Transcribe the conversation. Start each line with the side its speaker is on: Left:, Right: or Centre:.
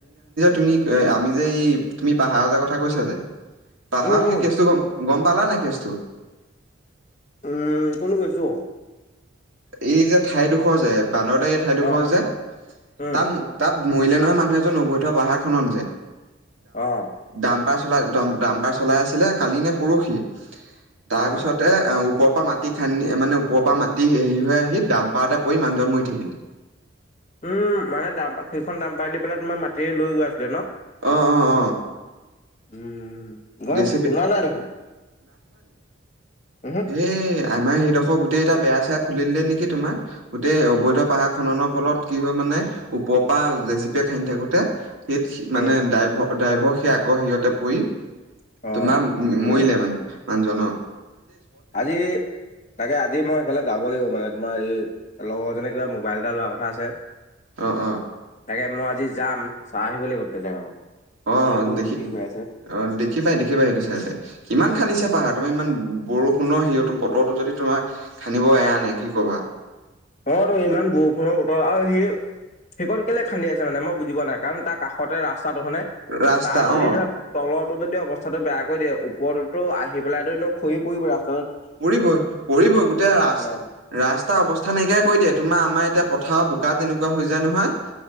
Right: তুমি আমি যে তুমি পাহাৰ কথা কৈছা যে পাহাৰৰ
Left: উম উম
Right: সেই কেচতো গম গম পালানে নাই কেছটো
Left: উম কোন গৈছো
Right: এই যে ঠাইডোখৰ যে বানৰদ এই ঠাইডোখৰ
Left: অ
Right: যে
Left: উম
Right: তাত তাত মৰিলে নহয় মানুহ এজন অবৈধ পাহাৰখনত যে
Left: অ
Right: দাম চলাই আছিলে ডামপাৰ চলাই আছিলে কালি নে পৰহি তাৰ
Left: অ
Right: পিছতে ওপৰপা পৰা মাটি খান্দি মানে ওপৰ পৰা মাটি হেৰি হৈ আহি দাম পাৰতে পৰি মানুহজন মৰি থাকিলে
Left: উম মানে দাম সেইখন দাম্পাৰ দি পেলাই তোমাৰ মাটি লৈ গৈ আছিলে ন
Right: অঅ অ
Left: উম গম
Right: জে চি বি
Left: শুনা নাই দেখোন উহু
Right: হেই আমাৰ সেইডোখৰ গোটেই এটা বেয়া চেয়া খুলিলে নেকি তোমাৰ গোটেই অবৈধ পাহাৰ খনৰ ফলত কি হয় মানে উপ ৰেজেচিপিয়ে খান্দি থাকোতে সেই মানে
Left: উম।
Right: ড্ৰাইভৰ ড্ৰাইভৰ সেই আগৰ সিৰিতে পৰি
Left: অ
Right: তোমাৰ
Left: কৰিলে
Right: মৰিলে মানে মানুহ জনৰ
Left: আজি তাকে আজি মই সেইফালে যাব লাগিব মানে তোমাৰ এই লগৰজনে কিবা মোবাইল এটা লোৱা কথা আছে
Right: অ অ
Left: তাকে মই আজি যাম চাই আহিব লাগিব তে জেগা কন
Right: অ
Left: কি কত
Right: দেখি
Left: কি হৈ আছে
Right: অ দেখিবাই দেখিবাই সেইটো চাইে কিমান খান্দিছে পাহাৰ তোমাৰ ইমান বৰষুণৰ হেৰিয়টো বতৰটো যদি তোমাক খান্দিব এয়া নাই কি কবা
Left: অ তো ইমান বৰষুণৰ বতৰ আৰু সেই সেইখন কেলে খান্দি আছে মানে মই বুজ পোৱা নাই কাৰণ তাক কাষতে ৰাস্তাটো হয়নে
Right: ৰাস্তা
Left: তাৰ যদি
Right: অ
Left: ধৰা তলত বৰষুণদিৱস্থাটো বেয়া কৰি দিয়ে ওপৰতো আহি পেলাই টো এনে খৰি পৰিব ৰাস্ত
Right: পৰিবই পৰিবই গোটেই ৰাস
Left: মানে
Right: ৰাস্তা অৱস্থা নাইকিয়া কৈ দিয়ে তোমাৰ আমাৰ এতিয়া পথাৰ বোকা তেনেকুৱা হৈ যায় নহয়